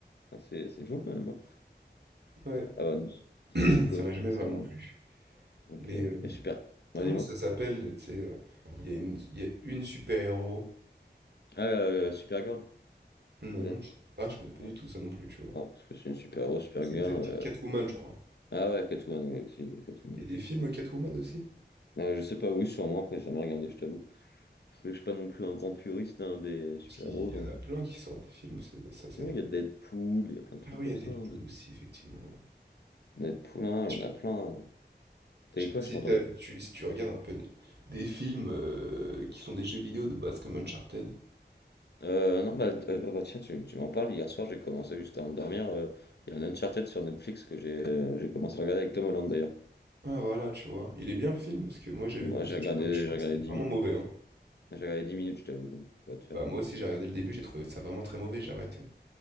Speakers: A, on the left (about 65°); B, on the right (about 70°).
A: Ah, C'est c'est chaud quand même. Hein.
B: Ouais,
A: Avengers, DC
B: <clears throat>
A: Comics,
B: ça m'a jamais vraiment
A: Avengers.
B: plu.
A: Ok.
B: Mais euh,
A: Et super. Vas-y,
B: comment
A: moi.
B: ça s'appelle, tu sais, euh, il y a une, il y a une super-héros.
A: Ah, euh, euh, Supergirl,
B: Non,
A: peut-être.
B: je... ah, je connais pas
A: Ouais.
B: du tout ça non plus, tu vois.
A: Ah, parce que c'est une super-héros, Supergirl.
B: C'est peut-être Cat-
A: euh.
B: Catwoman, je crois.
A: Ah ouais, Catwoman, oui, aussi, Catwoman.
B: Il y a des films Catwoman aussi?
A: Euh, je sais pas, oui, sûrement, après, j'ai jamais regardé, je t'avoue. Parce que je suis pas non plus un grand puriste hein, des super-héros.
B: Parce qu'il y
A: genre.
B: en a
A: euh,
B: plein qui sortent des films, c'est ça, c'est...
A: Oui, il y a Deadpool, il y a plein de trucs
B: Ah oui,
A: comme
B: il y a Deadpool
A: ça. hein.
B: aussi, effectivement, ouais.
A: Deadpool, hein,
B: Je
A: il y en a plein. hein. T'as
B: je
A: dit
B: sais pas
A: quoi,
B: si,
A: je t'ai pas
B: t'as-
A: entendu.
B: tu, si tu regardes un peu des, des films euh, qui sont des jeux vidéo de base comme Uncharted.
A: Euh, non, bah, d- euh, ah bah, tiens, tu, tu m'en parles. Hier soir, j'ai commencé juste avant de dormir. euh, Il y a un Uncharted sur Netflix que j'ai euh, j'ai commencé à regarder avec Tom Holland d'ailleurs.
B: Ah voilà, tu vois. Il est bien le film parce que moi j'avais
A: Moi,
B: commencé,
A: j'ai regardé,
B: je trouvais, je trouvais
A: j'ai regardé
B: que c'était
A: 10
B: vraiment
A: minutes.
B: mauvais. hein.
A: J'ai regardé 10 minutes, je t'avoue, donc je peux pas te faire.
B: Bah,
A: un-
B: moi aussi, j'ai regardé le début, j'ai trouvé ça vraiment très mauvais, j'ai arrêté.